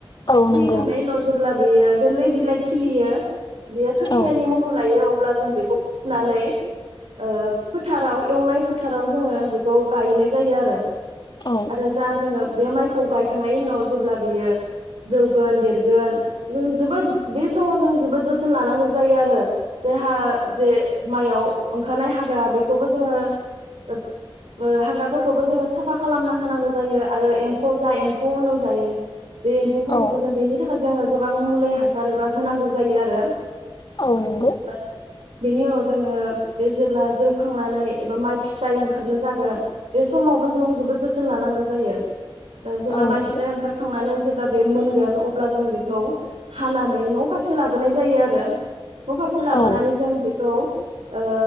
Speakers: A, on the left (about 45°); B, on the right (about 85°).
A: औ
B: फैखांनायनि
A: नंगौ
B: उनाव जेब्ला बेयो गोरलै बिलाइ खिलियो बेयो खोथियानि
A: औ नंगौ औ
B: महर लायो अब्ला जों बेखौ फुनानै ओ फो फोथाराव एवनाय फोथाराव जोङो बेखौ गायनाय जायो आरो।
A: औ नंगौ
B: आरो जा जोङो बे माइखौ गायखांनायनि उनाव जेब्ला बेयो जौगोन देरगोन बेखौ जों जोबोद बे समाव जों जोबोद जोथोन लानांगौ जायो आरो। जायहा जे माइयाव ओंखारनाय हाग्रा बेखौबो जोङो ओ बो हाग्राफोरखौबो जोङो साफा खालामना होनांगौ जायो आरो एम्फौ जा एम्फौ उनाव जायो। बे एम्फौफोरखौबो
A: औ
B: जों बेनि थाखाय जोङो गोबां मुलि हासार एबा होनांगौ जायो आरो
A: औ नंगौ औ
B: आरो बेनि उनाव जोङो बे जेब्ला जौखांनानै एबा माइ फिथाइ ओंखारनो जागोन। बे समावबो जों जोबोद लानांगौ जायो। दा जेब्ला
A: औ
B: माइ
A: नंगौ
B: फिथाइ ओंखारखांनानै जेब्ला बे मोनगोन अब्ला जों बेखौ हानानै न फारसे लाबोनाय जायो आरो नफारसे लाबोनानै
A: औ
B: जों बेखौ ओ